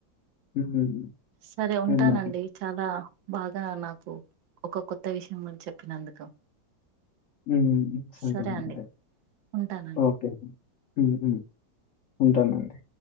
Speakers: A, on the left (about 65°); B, on the right (about 85°).
A: హ్మ్.
B: సరే ఉంటానండి
A: వెళ్ళాలి.
B: చాలా బాగా నాకు ఒక కొత్త విషయం చెప్పినందుకు
A: ఉ సొతం
B: సరే
A: ఉంటే
B: అండి ఉంటానండి
A: ఓకే ఉహు ఉంటానండి